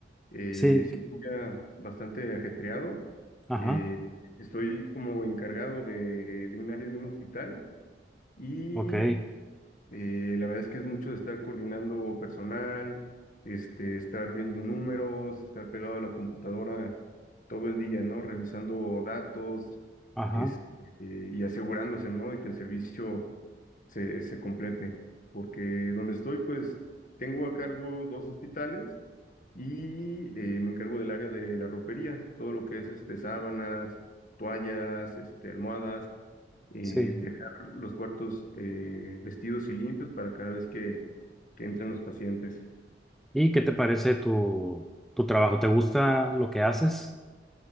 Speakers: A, on the left; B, in the centre.
A: eh,
B: Sí,
A: sí, fue un día bastante ajetreado.
B: ajá,
A: Eh, estoy como encargado de, de un área de un hospital y
B: ok,
A: eh, la verdad es que es mucho de estar coordinando personal, este, estar viendo números, estar pegado a la computadora todo el día, ¿no? Revisando datos,
B: ajá,
A: este, y asegurándose, ¿no? De que el servicio se, se complete, porque donde estoy, pues tengo a cargo dos hospitales y eh, me encargo del área de la ropería, todo lo que es este, sábanas, toallas, este, almohadas, eh,
B: sí.
A: dejar los cuartos eh, vestidos y limpios para cada vez que, que entren los pacientes.
B: ¿Y qué te parece tu, tu trabajo? ¿Te gusta lo que haces?